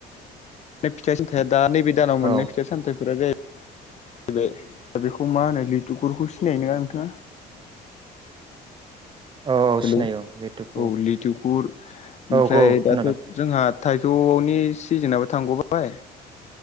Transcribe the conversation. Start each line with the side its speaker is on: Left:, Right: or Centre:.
Left: फिथाइ सामथाया दा नैबे दानाव मोननाय
Right: औ
Left: फिथाइ सामथायफोरा जाहै बाय दा बेखौ मा होनो लिथुगुरखौ सिनायो नोङा नोंथाङा
Right: औ औ
Left: हेलौ
Right: सिनायो औ लेथुखौ
Left: औ लिथुखुर
Right: औ
Left: ओमफ्राय
Right: औ
Left: दाथ
Right: खोनादों
Left: जोंहा थाइजौनि सिजेनाबो थांगबाय